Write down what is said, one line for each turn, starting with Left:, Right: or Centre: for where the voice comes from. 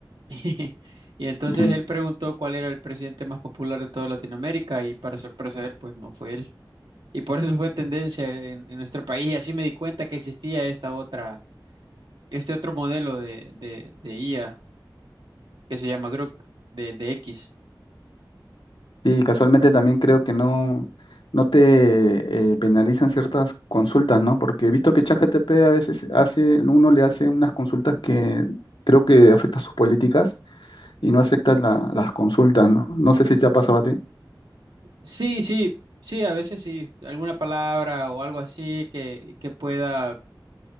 Right: <laughs> Y entonces
Left: Ujú.
Right: él preguntó cuál era el presidente más popular de toda Latinoamérica y para sorpresa de él, pues no fue él. Y por eso fue tendencia en, en nuestro país y así me di cuenta que existía esta otra, este otro modelo de, de, de IA que se llama Grok, de, de X.
Left: Y casualmente también creo que no, no te eh, penalizan ciertas consultas, ¿no? Porque he visto que ChatGPT a veces hace, uno le hace unas consultas que creo que afectan sus políticas y no aceptan la- las consultas, ¿no? No sé si te ha pasado a ti.
Right: Sí, sí, sí, a veces sí, alguna palabra o algo así que, que pueda,